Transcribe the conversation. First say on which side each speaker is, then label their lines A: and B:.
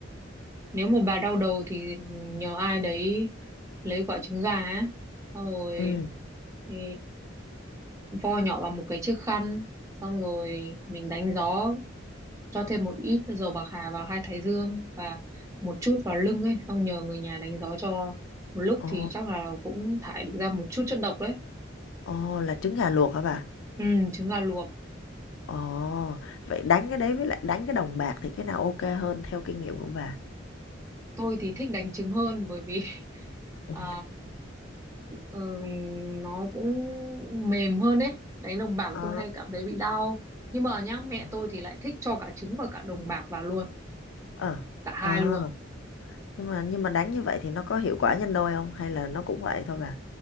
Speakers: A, on the right; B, on the left.
A: nếu mà bà đau đầu thì nhờ ai đấy lấy quả trứng gà á xong rồi
B: Ừ.
A: ê, vo nhỏ vào một cái chiếc khăn xong rồi mình đánh gió cho thêm một ít dầu bạc hà vào hai thái dương và một chút vào lưng ấy xong nhờ người nhà đánh gió cho một lúc
B: Ồ,
A: thì chắc là cũng thải được ra một chút chất độc đấy
B: ồ là trứng gà luộc hả bà?
A: ừ, trứng gà luộc
B: Ồ, vậy đánh cái đấy với lại đánh cái đồng bạc thì cái nào ok hơn theo kinh nghiệm của bà?
A: tôi thì thích đánh trứng hơn bởi vì <laughs>
B: Ừ.
A: à, Ờ, nó cũng mềm hơn ấy đánh đồng bạc
B: À,
A: tôi hay cảm thấy bị đau nhưng mà nhá mẹ
B: Ừ.
A: tôi thì lại thích cho cả trứng và cả đồng bạc vào luôn
B: ờ,
A: cả hai
B: ờ.
A: luôn
B: Nhưng mà nhưng mà đánh như vậy thì nó có hiệu quả nhân đôi không hay là nó cũng vậy thôi bà?